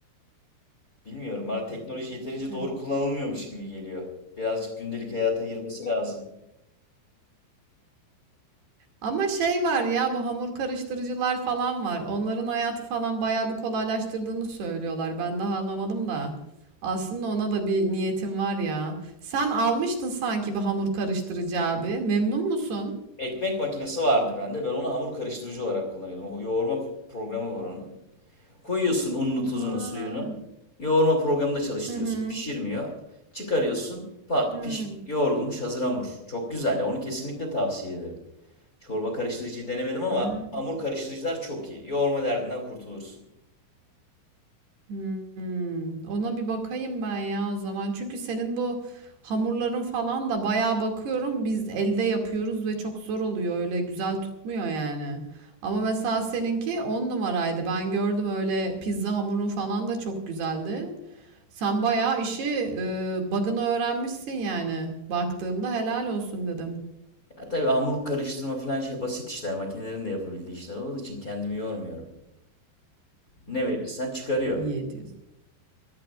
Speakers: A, on the left (about 25°); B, on the right (about 65°).
A: Bilmiyorum bana teknoloji
B: Aynen
A: yeterince
B: öyle.
A: doğru kullanılmıyormuş gibi geliyor. Birazcık gündelik hayata girmesi lazım.
B: Ama şey var ya bu hamur karıştırıcılar falan var. Onların hayatı falan bayağı bir kolaylaştırdığını söylüyorlar. Ben daha alamadım da. Aslında ona da bir niyetim var ya. Sen almıştın sanki bir hamur karıştırıcı abi. Memnun musun?
A: Ekmek makinesi vardı bende. Ben onu hamur karıştırıcı olarak kullanıyordum. O yoğurma programı var onun. Koyuyorsun ununu, tuzunu,
B: Ha.
A: suyunu. Yoğurma programında çalıştırıyorsun.
B: Hı hı.
A: Pişirmiyor. Çıkarıyorsun. Pat,
B: Hı.
A: piş, yoğrulmuş hazır hamur. Çok güzel ya. Onu kesinlikle tavsiye ederim. Çorba karıştırıcıyı denemedim ama
B: Ha.
A: hamur karıştırıcılar çok iyi. Yoğurma derdinden kurtulursun.
B: Hmm, ona bir bakayım ben ya o zaman. Çünkü senin bu hamurların falan da bayağı bakıyorum. Biz elde yapıyoruz ve çok zor oluyor. Öyle güzel tutmuyor yani. Ama mesela seninki on numaraydı. Ben gördüm öyle pizza hamurun falan da çok güzeldi. Sen bayağı işi e, bug'ını öğrenmişsin yani. Baktığımda helal olsun dedim.
A: Ya tabii hamur karıştırma falan şey basit işler. Makinelerin de yapabildiği işler olduğu için kendimi yormuyorum. Ne verirsen çıkarıyor.
B: İyi ediyorsun.